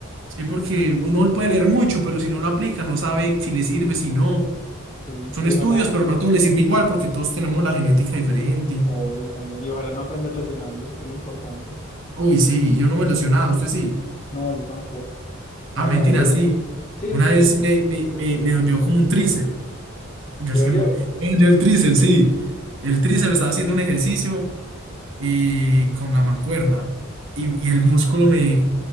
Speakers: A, on the right; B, on the left.
A: Sí, porque uno puede leer mucho, pero si no lo aplica, no sabe si le sirve, si no.
B: Y,
A: Son
B: y
A: estudios,
B: ojalá,
A: pero no a todos les sirve igual porque todos tenemos la genética diferente.
B: o yo también, y ojalá no aprender lesionándose, que es lo importante.
A: Uy, sí, yo no me lesionaba, usted sí.
B: No, yo tampoco. Gracias
A: Ah, mentira,
B: a Dios.
A: sí.
B: Sí, está
A: Una vez
B: sí
A: me, me, me, me dolió como un tríceps. Yo
B: ¿Le
A: es
B: dolió?
A: que me me dolió el tríceps, sí. El tríceps estaba haciendo un ejercicio y con la mancuerna. Y, y el músculo me,